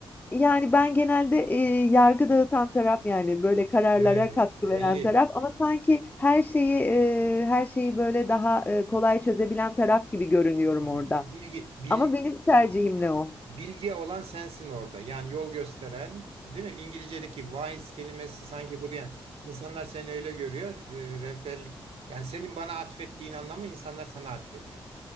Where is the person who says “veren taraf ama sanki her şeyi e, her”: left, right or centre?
Left